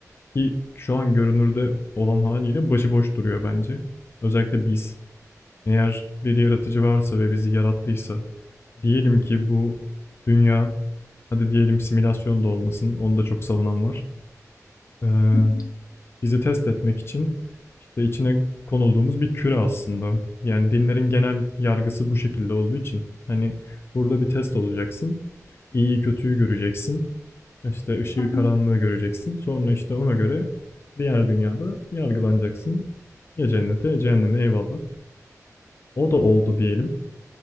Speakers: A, on the left; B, on the left.
A: ki şu an görünürde olan haliyle başıboş duruyor bence. Özellikle biz. Eğer bir yaratıcı varsa ve bizi yarattıysa, diyelim ki bu dünya, hadi diyelim simülasyon da olmasın, onu da çok savunan var. Ee,
B: Hı hı,
A: bizi test etmek için işte içine konulduğumuz bir küre aslında. Yani dinlerin genel yargısı bu şekilde olduğu için. Hani burada bir test olacaksın, iyiyi kötüyü göreceksin, işte ışığı
B: hı
A: karanlığı göreceksin. Sonra işte ona göre diğer dünyada yargılanacaksın. Ya cennete ya cehenneme eyvallah. O da oldu diyelim.